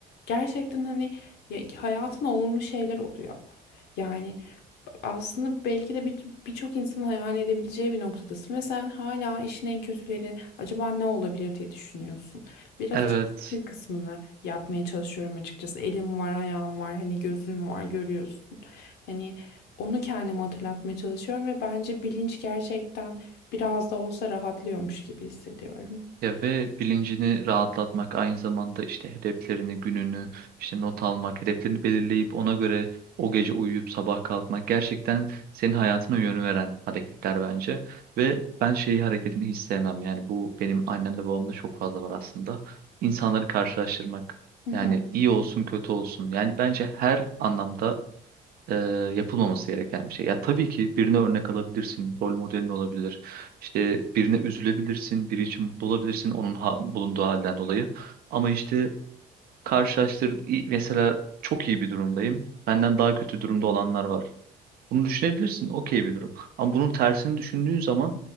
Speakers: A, on the left; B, on the right.
A: Gerçekten hani ya- hayatın olumlu şeyler oluyor. Yani aslında belki de bir- birçok insanın hayal edebileceği bir noktadasın ve sen hala işin en kötüleri acaba ne olabilir diye düşünüyorsun. Biraz
B: Evet.
A: işin şükür kısmını yapmaya çalışıyorum açıkçası. Elim var, ayağım var, hani gözün var, görüyorsun. Hani onu kendime hatırlatmaya çalışıyorum ve bence bilinç gerçekten biraz da olsa rahatlıyormuş gibi hissediyorum.
B: Ya ve bilincini rahatlatmak aynı zamanda işte hedeflerini, gününü, işte not almak, hedeflerini belirleyip ona göre o gece uyuyup sabah kalkmak gerçekten senin hayatına yön veren hareketler bence. Ve ben şeyi hareketini hiç sevmem. Yani bu benim annemde babamda çok fazla var aslında. İnsanları karşılaştırmak.
A: Hı hı.
B: Yani iyi olsun kötü olsun. Yani bence her anlamda e, yapılmaması gereken bir şey. Ya tabii ki birine örnek alabilirsin, rol modelin olabilir. İşte birine üzülebilirsin, biri için mutlu olabilirsin onun ha- bulunduğu halden dolayı. Ama işte karşılaştır i- mesela çok iyi bir durumdayım. Benden daha kötü durumda olanlar var. Bunu düşünebilirsin. Okey bir durum. Ama bunun tersini düşündüğün zaman